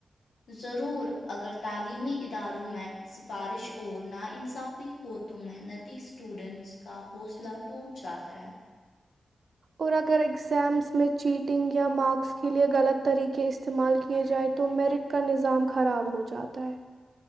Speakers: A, on the left; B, on the right.
A: ضرور اگر تعلیمی اداروں میں سفارش اور نا انصاف ہو تو محنتی اسٹوڈنٹس کا حوصلہ ٹوٹ جاتا ہے
B: اور اگر اگزامز میں چیٹنگ یا مارکس کے لئے غلط طریقے استعمال کیے جائے تو میرٹ کا نظام خراب ہو جاتا ہے